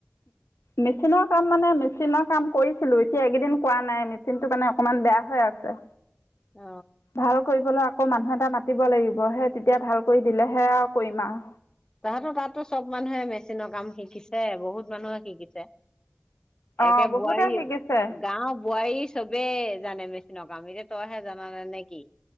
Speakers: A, on the left; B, on the left.
A: মেচিনৰ কাম মানে, মেচিনৰ কাম কৰিছিলো। এতিয়া, এইকেইদিন কৰা নাই মেচিনটো মানে, অকমান বেয়া হৈ আছে।
B: অ
A: ভাল কৰিবলৈ আকৌ, মানুহ এটা মাতিব লাগিব। হে তেতিয়া ভাল কৰি দিলেহে আৰু কৰিম আৰু!
B: তাহঁতৰ তাতো চব মানুহে মেচিনৰ কাম শিকিছে, বহুত মানুহে শিকিছে।
A: অঁ
B: একে
A: বহুতে
B: বোৱাৰী
A: শিকিছে
B: গাঁও বোৱাৰী চবে, জানে মেচিন' কাম। এতিয়া তইহে জাননে নে কি?